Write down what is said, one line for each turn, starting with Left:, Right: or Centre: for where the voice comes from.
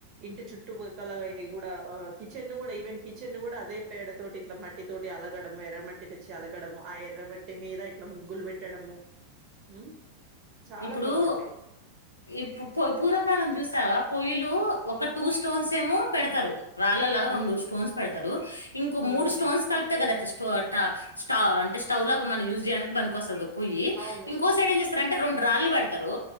Right: ఇంటి చుట్టుపక్కల కూడా కిచెన్ ను కూడా, ఈవెన్ కిచెన్ ని కూడా అదే పేడ తోటి, ఇట్లా మట్టి తోటి అల కడము, ఎర్రమట్టి తెచ్చి అలకడము, ఆ ఎర్రమట్టి మీద ఇట్ల ముగ్గులు పెట్టడము. మ్ చాలా
Left: ఇప్పుడు
Right: బాగుండేది.
Left: ఇప్పు పోయి పూర్వకాలం చూసావా, పొయ్యిలు ఒక టూ స్టోన్స్ ఏమో పెడతారు. రాళ్ళలాగా రొండు
Right: హ్మ్.
Left: స్టోన్స్ పెడతారు ఇంకో
Right: హ్మ్.
Left: మూడు స్టోస్ కలిపితే కదా, అట్ల టు అట స్ట అంటే స్టవ్ లాగా మనం యూజ్ చేయడానికి పనికోస్తది కద పొయ్యి,
Right: అవును.
Left: ఇంకో సైడ్ ఏం చేస్తరన్ రొండు రాళ్లు పెడతారు.